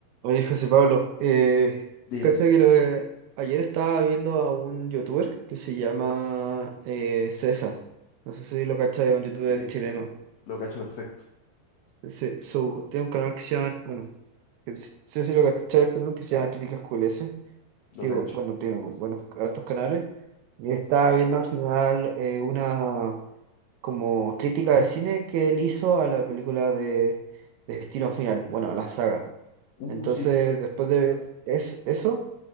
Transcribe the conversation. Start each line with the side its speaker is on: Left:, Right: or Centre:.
Right: Oye, José Pablo, eh,
Left: Dime,
Right: cacha que lo- ayer estaba viendo a un youtuber que se llama eh, César. No sé si lo cachai, es un youtuber
Left: sí,
Right: chileno.
Left: lo cacho perfecto,
Right: Ese- su- tiene un canal que se llama, bueno, que se- no sé si lo cachai, el canal que se llama Críticas QLS.
Left: lo
Right: Digo,
Left: cacho.
Right: bueno, tiene bu- buenos hartos canales. Y estaba viendo al final eh, una como crítica de cine que él hizo a la película de, de Destino Final, bueno, a la saga.
Left: Uh,
Right: Entonces,
Left: sí.
Right: después de ver es, eso,